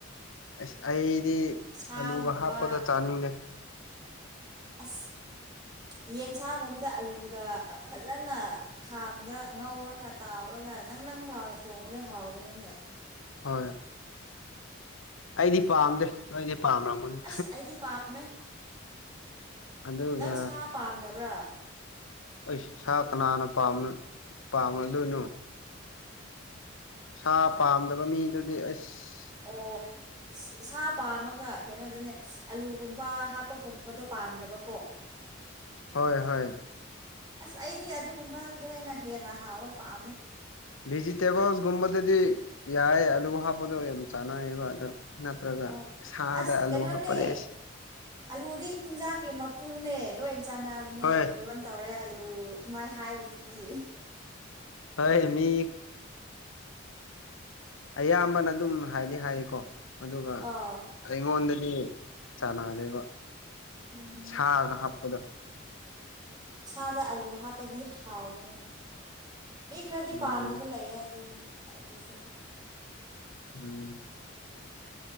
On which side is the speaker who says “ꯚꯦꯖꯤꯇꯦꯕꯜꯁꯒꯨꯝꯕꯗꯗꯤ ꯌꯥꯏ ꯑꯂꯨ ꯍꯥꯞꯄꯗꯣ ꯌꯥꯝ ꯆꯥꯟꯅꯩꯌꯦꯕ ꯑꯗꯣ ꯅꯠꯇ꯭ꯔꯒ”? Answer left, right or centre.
Left